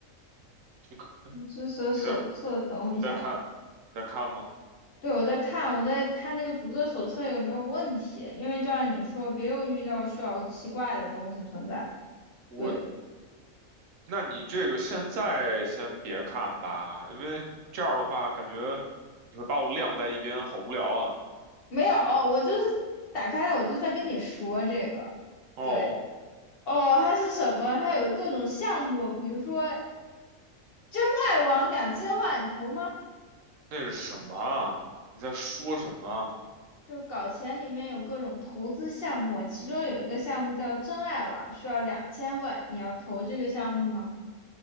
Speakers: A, on the right; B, on the left.
A: 就
B: 组织者手册，
A: 你再
B: 等我一下。
A: 再看，再看吗？
B: 对，我在看，我在看这个读者手册有没有问题，因为就像你说，别又遇到需要奇怪的东西存在。
A: 我，
B: 对，
A: 那你这个现在先别看吧，因为这样的话，感觉你会把我晾在一边，好无聊啊。
B: 没有，我就是打开了，我就在跟你说这个。
A: 哦，
B: 对，哦，还是什么？还有各种项目，比如说真爱网两千万，你投吗？
A: 那是什么啊？你在说什么啊？
B: 就搞钱里面有各种投资项目，其中有一个项目叫真爱网，需要两千万，你要投这个项目吗？